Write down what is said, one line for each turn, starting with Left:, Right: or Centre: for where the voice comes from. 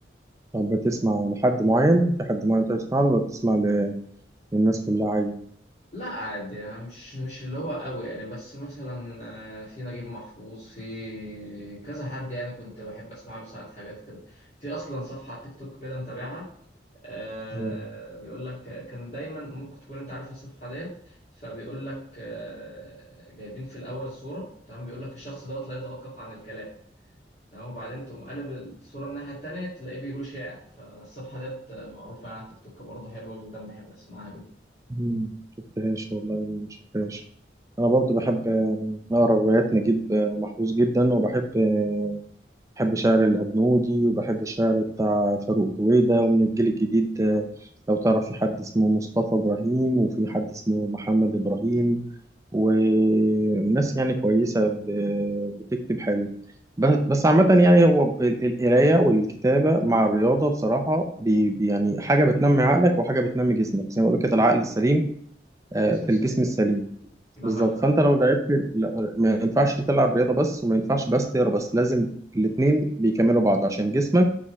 Right: طب بتسمع لحد معين في حد معين بتسمع له ولا بتسمع ل- للناس كلها عادي؟
Left: لا عادي يعني مش مش اللي هو قوي يعني بس مثلا آه، في نجيب محفوظ في كذا حد يعني كنت بحب اسمع له ساعات حاجات كده في اصلا صفحه على تيك توك كده متابعها آه
Right: آه،
Left: بيقول لك آه، كان دايما ممكن تكون انت عارف الصفحه ديت فبيقول لك آه جايبين في الاول صوره تمام بيقول لك الشخص دوت لا يتوقف عن الكلام تمام وبعدين تقوم قلب الصوره الناحيه التانيه تلاقيه بيقول شعر فالصفحه ديت آه، معروفه على تيك توك برضه حلوه جدا بحب اسمعها جدا
Right: مم، شفتهاش والله ما شفتهاش انا برضو بحب آه، اقرا روايات نجيب آه، محفوظ جدا وبحب آه، بحب شعر الابنودي وبحب الشعر بتاع فاروق جويدة ومن الجيل الجديد آه، لو تعرف في حد اسمه مصطفى ابراهيم وفي حد اسمه محمد ابراهيم وناس يعني كويسة ب- بتكتب حلو ب- بس عامة يعني هو ال- القراية والكتابة مع الرياضة بصراحة بي بي- يعني حاجة بتنمي عقلك وحاجة بتنمي جسمك زي ما بقول كده العقل السليم آه،
Left: اسمه
Right: في
Left: السليم
Right: الجسم السليم
Left: ده
Right: بالظبط
Left: حقيقة
Right: فانت
Left: فعلا
Right: لو لعبت لا- ما ينفعش تلعب رياضه بس وما ينفعش بس تقرا بس لازم الاتنين بيكملوا بعض عشان جسمك